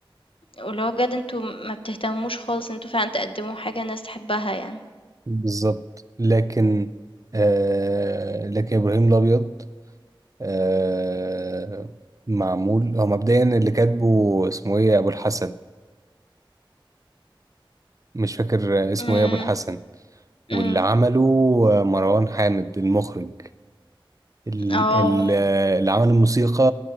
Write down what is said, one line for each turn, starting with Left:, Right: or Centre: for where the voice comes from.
Left: واللي هو بجد أنتم ما بتهتموش خالص إن أنتم فعلًا تقدّموا حاجة الناس تحبها يعني.
Right: بالظبط لكن آه لكن ابراهيم الابيض آه معمول هو مبدئيا اللي كاتبه اسمه ايه ابو الحسن مش فاكر اسمه
Left: إمم،
Right: ايه ابو الحسن واللي
Left: إمم،
Right: عمله مروان حامد المخرج ال-
Left: آه.
Right: ال- اللي عمل الموسيقى